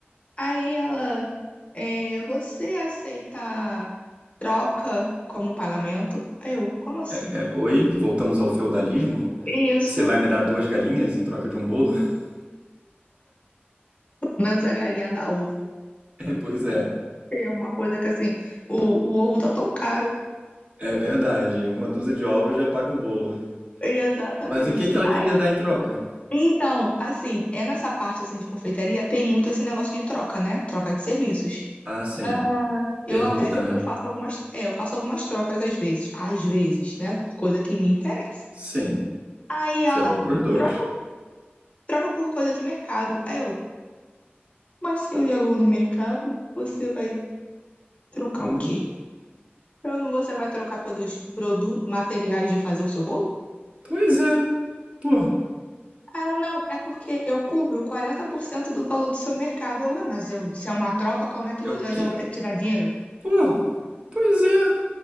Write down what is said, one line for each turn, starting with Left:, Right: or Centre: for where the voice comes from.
Left: Aí ela, é, você aceita troca como pagamento? Aí eu, como assim?
Right: É, oi, voltamos ao feudalismo?
Left: Isso,
Right: Você vai me dar duas galinhas em troca de um bolo? <laughs>
Left: menos a galinha da ovo.
Right: É, pois é.
Left: É uma coisa que, assim, o, o ovo tá tão caro.
Right: É verdade, uma dúzia de ovos já paga um bolo.
Left: Exatamente.
Right: Mas o que que ela
Left: Ai.
Right: queria dar em troca?
Left: Então, assim, é nessa parte, assim, de confeitaria, tem muito esse negócio de troca, né? Troca de serviços.
Right: Ah, sim,
Left: Ah, eu
Right: permuta,
Left: até já
Right: né?
Left: eu faço algumas, é, eu faço algumas trocas às vezes, às vezes, né, por coisa que me interessa.
Right: Sim,
Left: Aí
Right: tem que
Left: ela
Right: ser bom pros dois.
Left: troca, troca por coisa de mercado. Aí eu, mas se eu já vou no mercado, você vai trocar
Right: Hum,
Left: o quê? Eu não, você vai trocar pelos produ materiais de fazer o seu bolo?
Right: Pois é, pô,
Left: Aí Ela, não, é porque eu cubro 40% do valor do seu mercado. Eu, ué, mas eu- se é uma troca, como é que eu
Right: é o quê?
Left: eu ainda vou ter que tirar dinheiro?
Right: Pô, pois é,